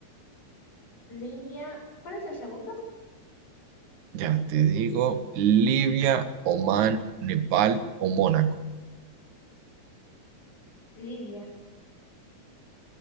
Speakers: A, on the left; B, on the right.
A: Libia, ¿cuál es el segundo?
B: Ya te digo, Libia, Omán, Nepal o Mónaco.
A: Libia.